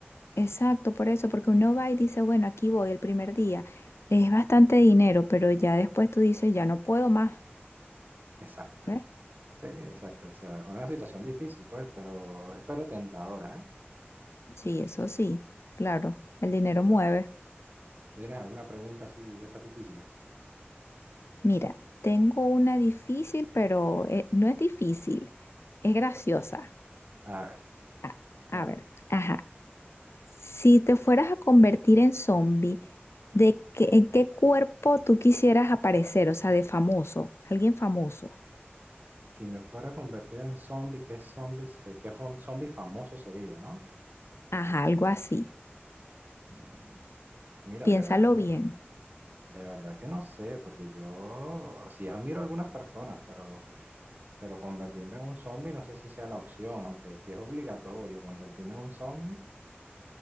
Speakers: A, on the left; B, on the right.
A: Exacto, por eso, porque uno va y dice, bueno, aquí voy el primer día. Es bastante dinero, pero ya después tú dices, ya no puedo más,
B: Exacto.
A: ¿ves?
B: Sí, exacto. O sea, es una situación difícil, pues, pero, pero tentadora, ¿eh?
A: Sí, eso sí, claro, el dinero mueve.
B: Si ¿Tienes alguna pregunta así de esas difíciles?
A: Mira, tengo una difícil, pero eh, no es difícil, es graciosa.
B: A ver,
A: A,
B: a
A: a
B: ver.
A: ver, ajá, si te fueras a convertir en zombie, ¿de qué, en qué cuerpo tú quisieras aparecer? O sea, de famoso, alguien famoso.
B: Si me fuera a convertir en zombie, ¿qué zombie, se- qué fam- zombie famoso sería, ¿no?
A: Ajá, algo así.
B: Mm, Mira,
A: Piénsalo
B: de verdad,
A: bien.
B: de verdad que no sé, porque yo sí admiro a algunas personas, pero, pero convertirme en un zombie no sé si sea la opción, aunque si es obligatorio convertirme en un zombie,